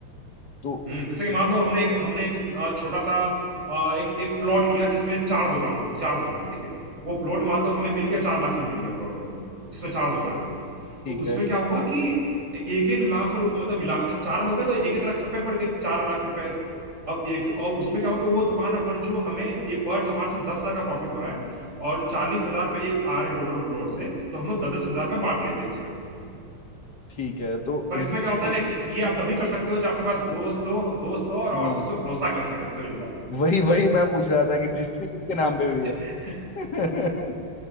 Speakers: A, on the left; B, on the right.
A: तो
B: हम्म जैसे कि मान लो हमने एक हमने एक अ, छोटा सा अ, एक एक प्लॉट लिया जिसमें चार दुकान हो चार दुकान है ठीक है वो प्लॉट मान लो हमें मिल गया चार लाख में मिल गया प्लॉट हमें वो जिसमें चार दुकान है
A: ठीक
B: तो उसमें
A: है
B: क्या हुआ कि एक एक लाख रु- मतलब मिला के चार लोग हैं तो एक एक लाख सब पे पड़ गई चार लाख रुपए है तो अब एक और उसमें क्या हुआ कि वो दुकान अगर जो हमें एक पर दुकान से दस हजार का प्रॉफिट हो रहा है और चालीस हजार पे एक आ रहे हैं टोटल प्लॉट से तो हम लोग दस दस हजार पे बांट लेते हैं एक दूसरे में
A: ठीक है तो
B: पर
A: रजिस्ट्री
B: इसमें क्या होता है ना कि ये आप तभी कर सकते हो जब आपके पास दोस्त हो दोस्त हो और
A: हाँ
B: आप उस पर भरोसा कर सके सबसे पहली बात
A: वही वही मैं पूछ रहा था कि रजिस्ट्री किसके नाम पे हुई
B: <laughs>
A: है <laughs>